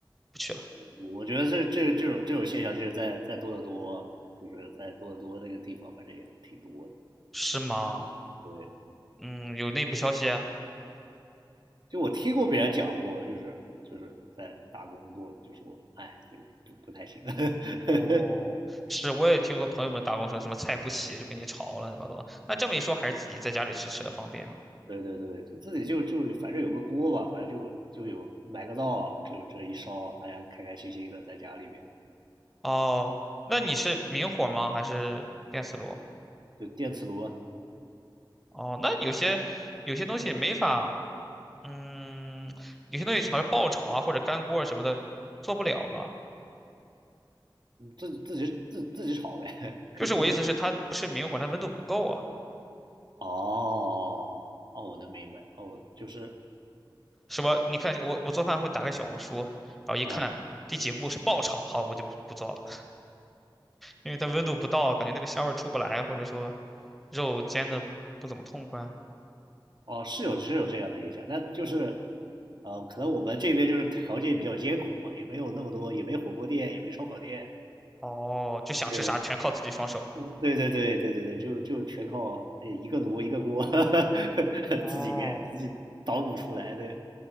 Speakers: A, in the centre; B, on the right.
A: 不去了。
B: 我觉得这这这种这种现象，就是在在多得多，就是在多得多那个地方，反正也挺多的。
A: 是吗？
B: 对，
A: 嗯，有内部消息啊
B: 就我听过别人讲过，就是就是在打工过的，就说哎，就是不不太行。<laughs>
A: 哦，是，我也听说朋友们打工说什么菜不洗就跟你吵了，乱七八糟的那这么一说，还是自己在家里吃吃的方便啊。
B: 对对对，就自己就就反正有个锅吧，反正就就有买个灶，就这一烧，大家开开心心的在家里边，
A: 哦，那你是明火吗？还是电磁炉？
B: 就电磁炉，
A: 哦，那有些有些东西没法，嗯，有些东西好像爆炒啊或者干锅啊什么的做不了吧？
B: 嗯自己自己自自己炒呗，<laughs> 可以就是
A: 就是我意思是，它不是明火，它温度不够啊。
B: 哦哦，我能明白哦，就是。
A: 什么？你看我我做饭会打开小红书，然后一看第几步是爆炒，
B: 呃
A: 好，我就不不做了，因为它温度不到，感觉那个香味儿出不来，或者说肉煎的不怎么痛快。
B: 哦，是有是有这样的影响，但就是呃，可能我们这边就是条件比较艰苦嘛，也没有那么多，也没火锅店，也没烧烤店。
A: 哦，就想吃啥全靠自己双手。
B: 对，嗯对对对对对对，就就全靠呃一个炉一个锅，<laughs>
A: 哦，
B: 自己给自己捣鼓出来的。